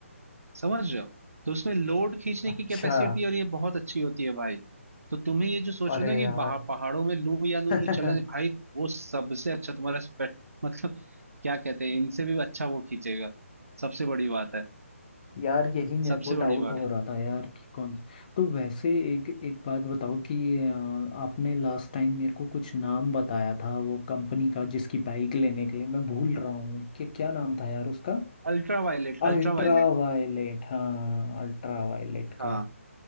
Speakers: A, on the right; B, on the left.
A: समझ रहे हो तो उसमें लोड खींचने
B: अच्छा
A: की कैपेसिटी और ये बहुत अच्छी होती है भाई तो तुम्हें ये जो सोच
B: अरे
A: रहे हो ना
B: यार
A: कि बाहर पहाड़ों में लू या नू
B: <laughs>
A: लू चलन भाई वो सबसे अच्छा तुम्हारा स्पेक्ट <laughs> मतलब क्या कहते हैं इनसे भी अच्छा वो खींचेगा सबसे बड़ी बात है
B: यार यही मेरे
A: सबसे
B: को
A: बड़ी
B: डाउट
A: बात
B: हो रहा था यार कि कौन तो वैसे एक एक बात बताओ कि अ, आपने लास्ट टाइम मेरे को कुछ नाम बताया था वो कंपनी का जिसकी बाइक लेने के लिए मैं भूल रहा हूँ कि क्या नाम था यार उसका
A: Ultra violet
B: अल्ट्रा
A: ultra violet
B: वायलेट हाँ अल्ट्रा वायलेट
A: हाँ
B: का